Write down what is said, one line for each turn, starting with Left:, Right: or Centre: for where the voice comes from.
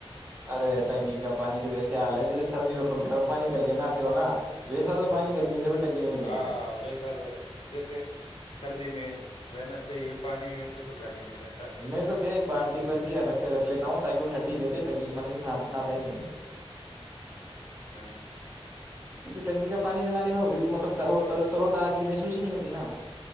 Right: ارے ٹنکی کا پانی کا جیسے حال ہے جیسے سردی میں اپن گرم پانی کر کے نہ آتے ہو نا ویسا تو پانی
Left: ہ
Right: گرمی سے بھی ٹنکی میں نکلتا
Left: ہاں
Right: ہے
Left: ویسا تو جیسے سردی میں رہنا چاہیے پانی و سے تو گرمی میں رہتا ہے
Right: میں تو کیا ایک بالٹی کے الگ سے رکھ لیتا ہوں تاکہ وہ ٹھنڈی رہتی ٹنگ م سے ہی نہیں
Left: ہاں
Right: کیونکہ ٹنکی کا پانی سنانے میں مطلب تروت آج کی محسوس ہی نہیں ہوتی نا